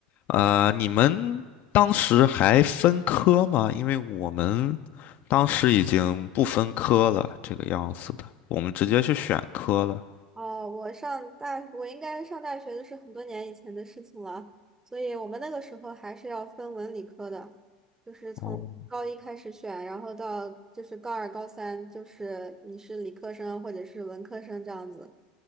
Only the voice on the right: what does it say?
哦，我上大，我应该上大学的是很多年以前的事情了，所以我们那个时候还是要分文理科的，就是从高一开始选，
然后到就是高二、高三，就是你是理科生或者是文科生这样子。